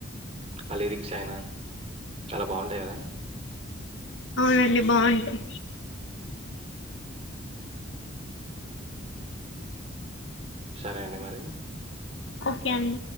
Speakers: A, on the right; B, on the left.
A: అ లిరిక్స్ అయినా చాలా బాగుంటాయి కదండి
B: అవునండి బాగుంటయి
A: సరే అండి మరి
B: ఓకే అండి